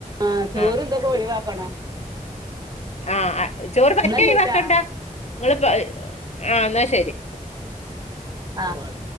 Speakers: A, on the right; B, on the left.
A: ആഹ് ചോറ്
B: ആ
A: ഇത്ക്കെ ഒഴിവാക്കണം
B: ആഹ് ചോറ്പ്പ പറ്റേ
A: എന്നാ
B: അഴിവാക്കണ്ടാ
A: ശരിട്ടാ
B: നിങ്ങള്പ്പ ആഹ് ന്നാശരി
A: ആഹ്